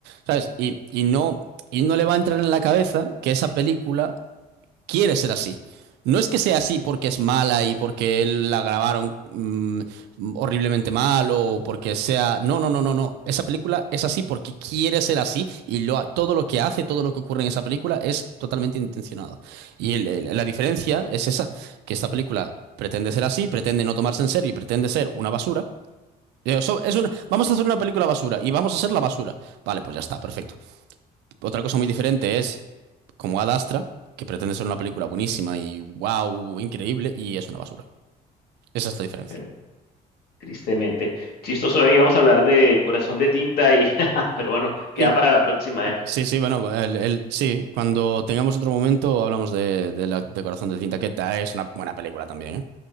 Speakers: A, on the right; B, on the left.
A: ¿Sabes? Y, y no, y no le va a entrar en la cabeza que esa película quiere ser así. No es que sea así porque es mala y porque él la grabaron mm, horriblemente mal o porque sea... No, no, no, no, no. Esa película es así porque quiere ser así y lo ha- todo lo que hace, todo lo que ocurre en esa película es totalmente intencionado. Y el- el- la diferencia es esa, que esta película pretende ser así, pretende no tomarse en serio y pretende ser una basura. Eh, so- es una- vamos a hacer una película basura y vamos a ser la basura. Vale, pues ya está, perfecto. Otra cosa muy diferente es como Ad Astra, que pretende ser una película buenísima y wow, increíble, y es una basura. Esa es la diferencia.
B: Bueno, tristemente. Chistoso, ahí vamos a hablar de Corazón de Tinta y... <laughs> Pero bueno, queda
A: Y,
B: para la próxima, ¿eh?
A: sí, sí, bueno, el, el- sí, cuando tengamos otro momento hablamos de, de la, de Corazón de Cinta, que ta- es una buena película también, ¿eh?